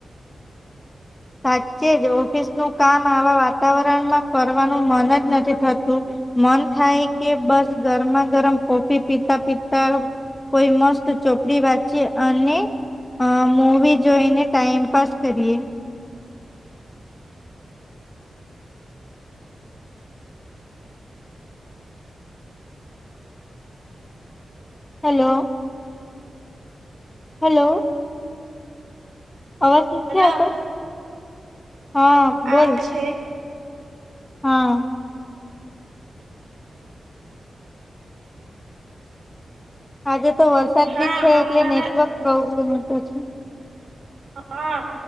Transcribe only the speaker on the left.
સાચે જ ઓફિસનું કામ આવા વાતાવરણમાં કરવા, મન જ નથી થતું મન થાય કે બસ ગરમાં ગરમ કોફી પીતા પીતા કોઈ મસ્ત ચોપડી વાંચી અને, અ મૂવી જોઈને ટાઈમ પાાસ કરીએ. Hello hello. અવાજ નથી
આવતો? હા બોલ.
હા. આજે તો વરસાદ
બી છે.
એટલે નેટવર્ક પ્રોબ્લેમ હતો છે.